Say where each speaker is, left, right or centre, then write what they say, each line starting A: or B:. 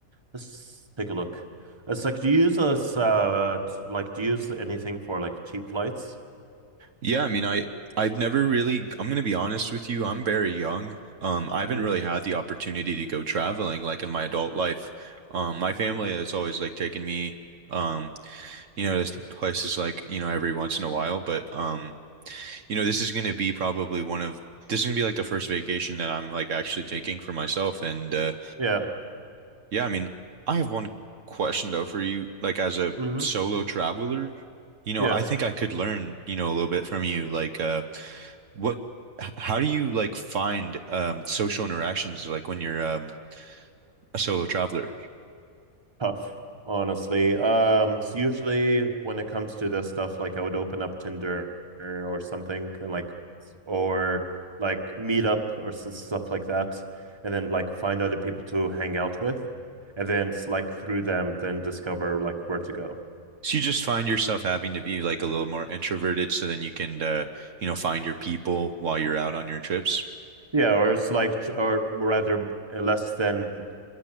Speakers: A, on the right; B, on the right.
A: Let's take a look. It's like, do you use this, uh, t- like, do you use anything for like cheap flights?
B: Yeah, I mean, I I've never really, I'm gonna be honest with you, I'm very young. Um, I haven't
A: Mm.
B: really had the opportunity to go traveling like in my adult life. Um, my family has always like taken me. Um, you know, this place is like, you know, every once in a while, but um, you know, this is going to be probably one of this is going to be like the first vacation that I'm like actually taking for myself and uh
A: Yeah.
B: yeah, I mean, I have one question though for you like as a
A: hmm
B: solo traveler, you know,
A: Yeah.
B: I think I could learn, you know, a little bit from you like uh what h- how do you like find um social interactions like when you're um a solo traveler?
A: Tough, honestly. Um, so usually when it comes to this stuff, like I would open up Tinder or something and like, or like meet up or s stuff like that, and then like find other people to hang out with, and then it's like through them, then discover like where to go.
B: So you just find yourself having to be like a little more introverted so then you can uh, you know, find your people while you're out on your trips.
A: Yeah, or it's like, or rather, uh, less than